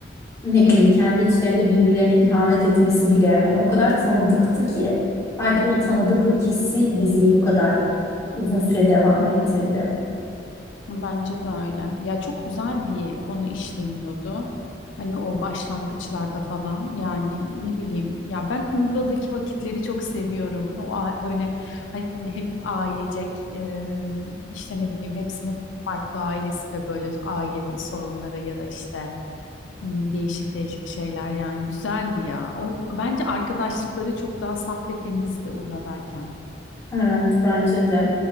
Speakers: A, on the left (about 15°); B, on the left (about 75°).
A: ne bileyim kendi içlerinde birbirlerine ihanet etmesi bile hani o kadar tanıdıktı ki. Belki de o tanıdıklık hissi diziyi bu kadar uzun süre devam ettirdi.
B: Bence de öyle. Ya çok güzel bir konu işleniyordu. Hani o başlangıçlarda falan yani ne bileyim ya ben Urla'daki vakitleri çok seviyorum. O a- öyle hani hep ailecek e, işte ne bileyim hepsinin farklı ailesi ve böyle ailevi sorunları ya da işte m, değişik değişik şeyler yani güzeldi ya. O bence arkadaşlıkları çok daha saf ve temizdi Urla'dayken.
A: Evet bence de.